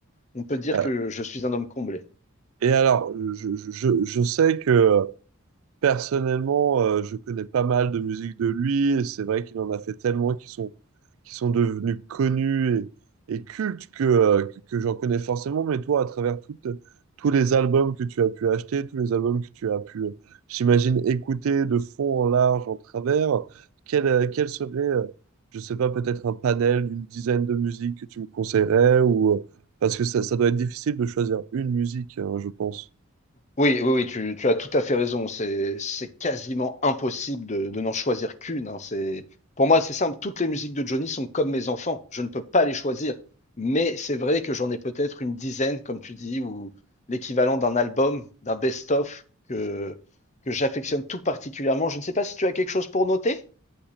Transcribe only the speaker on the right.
ah.
et alors, je, je, je je sais que. Personnellement, euh, je connais pas mal de musique de lui et c'est vrai qu'il en a fait tellement qui sont, qui sont devenus connus et, et cultes que, euh, que, que j'en connais forcément. Mais toi, à travers toutes, tous les albums que tu as pu acheter, tous les albums que tu as pu, euh, j'imagine, écouter de fond en large, en travers, quel, euh, quel serait, euh, je sais pas, peut-être un panel d'une dizaine de musiques que tu me conseillerais ou, euh, parce que ça, ça doit être difficile de choisir une musique, hein, je pense.